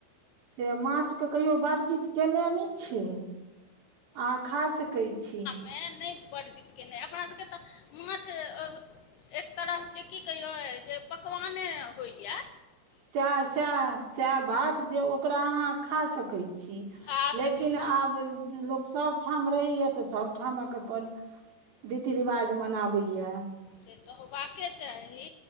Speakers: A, on the right; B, on the left.
A: से माछके कहियो वर्जित केने नहि छे। अहाँ खा सकै छी।
B: तें नहि बरजीत केने अपना सभके तऽ माछ एक तरहके की कहियौ जे पकवाने होइया।
A: सैह सैह सैह बात जे ओकरा अहाँ खा सकैय छी।
B: खा
A: लेकिन
B: सकै
A: आब
B: छी
A: लोक सब ठाम रहिये तऽ सबठामक अपन रीति रिवाज मनाबैया।
B: से तऽ होबाके चाही